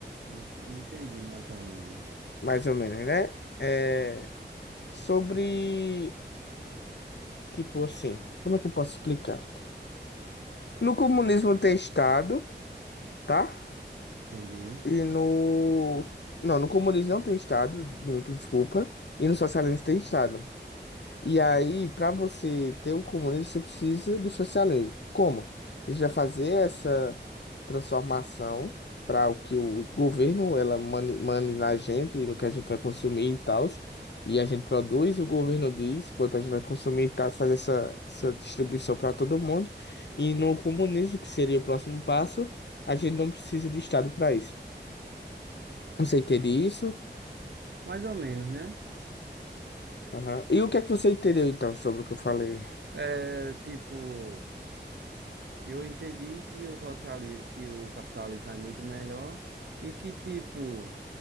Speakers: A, on the right; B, on the left.
A: En- Entendi mais ou menos.
B: Mais ou menos, né? É, sobre, tipo assim, como é que eu posso explicar? No comunismo tem Estado, tá?
A: Entendi.
B: E no... Não, no comunismo não tem Estado, minto, desculpa. E no socialismo tem Estado. E aí, para você ter o comunismo, você precisa do socialismo. Como? A gente vai fazer essa transformação para o que o governo ela mane, mane na gente, no que a gente vai consumir e tal. E a gente produz e o governo diz quanto a gente vai consumir e tal, fazer essa, essa distribuição para todo mundo. E no comunismo, que seria o próximo passo, a gente não precisa de Estado para isso. Você entende isso?
A: Mais ou menos, né?
B: Aham. E o que é que você entendeu então sobre o que eu falei?
A: É, tipo. Eu entendi que o sociali... que o capitalismo é muito melhor e que, tipo,